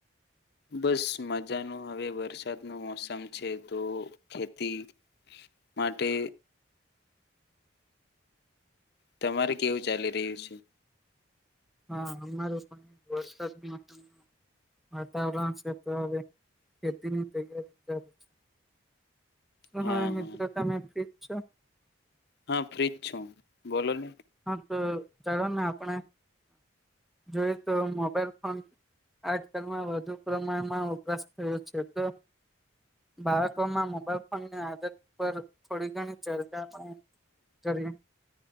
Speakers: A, on the left; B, in the centre.
A: બસ મજાનું હવે વરસાદ નો મોસમ છે, તો ખેતી. માટે તમારે કેવું ચાલી રહ્યું છે.
B: હા, અમારું પણ વરસાદ નું મોસમ વાતાવરણ છે તો હવે, ખેતીની તૈયારી ચાલુ છે. શું,
A: હા
B: હાય મિત્રો
A: હા
B: તમે ફ્રીજ છો
A: હા ફ્રીજ છું, બોલો ને?
B: હા તો ચાલો ને આપણે જોઈએ, તો મોબાઈલ ફોન આજકાલમાં વધુ પ્રમાણમાં વપરાસ થયો છે, તો બાળકોમાં મોબાઈલ ફોનની, આદત પર થોડી ઘણી ચર્ચા પણ કરીયે